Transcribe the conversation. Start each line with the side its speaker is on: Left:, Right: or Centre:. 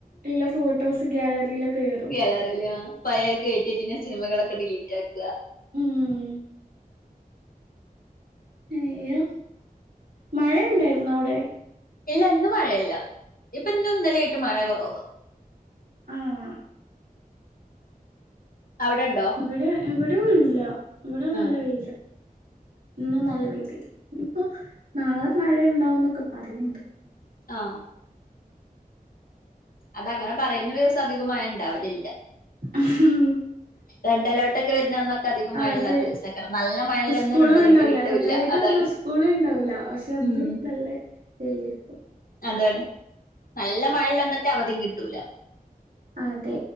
Right: ഇല്ല ഫോട്ടോസ് ഗാലറിയിലൊക്കെ കേറും
Left: ഗ്യാലറിയില് ആ പയേക്കേറ്റിചീനെ സിനിമകളൊക്കെ ഡിലീ റ്റാക് ക
Right: ഉം അയ്യോ മഴ ഇണ്ടായ്ര്ന്നോ അവിടെ
Left: ഇല്ല ഇന്ന് മഴയല്ല ഇപ്പൊ ഇന്ന് ഇന്നലായിട്ട് മഴ കുറവ
Right: ആഹ
Left: അവിടെ ഉണ്ടോ
Right: ഇവിടെ എവിട് ല്ല ഇവിടെ നല്ല
Left: ആഹ്
Right: വെയില ഇന്നും നല്ല വെയില് ഇനിപ്പൊ നാളെ മഴ ണ്ടാവുന്നൊക്കെ പറിണിണ്ട്
Left: ആഹ അതങ്ങനെ പറയുന്ന ദിവസം അധികമായ ഉണ്ടാവലില്ല
Right: ഉം
Left: റെഡ് അലേർട്ട് ഒക്കെ വരുന്ന അന്നൊക്കെ അധികം
Right: അതെ
Left: മഴയുള്ള ദിവസേക്കാരം നല്ല മഴയുള്ള
Right: സ്കൂളും
Left: അന്ന് റെഡ് അലേർട്ട്
Right: ഇണ്ടാവില്ല
Left: കിട്ടൂല്ല
Right: റെഡ് അലേർട്ട്
Left: അതാണ്
Right: പറഞ്ഞ സ്കൂളും ഇണ്ടാവല പക്ഷെ അന്ന്
Left: ഉം
Right: നല്ല വയിലരിക്കും
Left: അതാണ് നല്ല മഴള്ള്ന്നറ്റെ അവധിും കിട്ടൂല
Right: അതെ